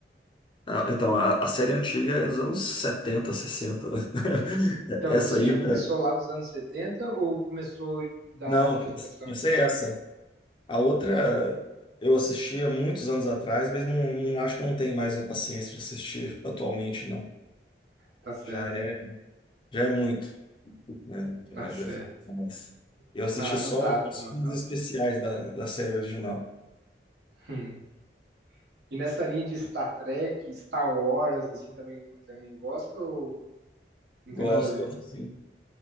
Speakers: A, on the left (about 25°); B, on the right (about 70°).
A: Ah, então, a, a série antiga é dos anos 70 sessenta <laughs>
B: Então,
A: Essa
B: você
A: aí.
B: já
A: eh,
B: começou lá dos anos 70 ou começou da
A: Não,
B: segunda geração?
A: comecei essa. A outra eu assisti há muitos anos atrás, mas não, não- acho que eu não tenho mais a paciência de assistir atualmente, não.
B: Tá certo,
A: Já é, já é muito, né? Já,
B: tá certo.
A: já fica mais. Eu assisti
B: Ah, anotado,
A: só alguns
B: anotado.
A: filmes especiais da, da série original.
B: Hum. E nessa linha de Star Trek, Star Wars, assim, também, também gosta ou não
A: Gosto,
B: tem nada a ver?
A: assim.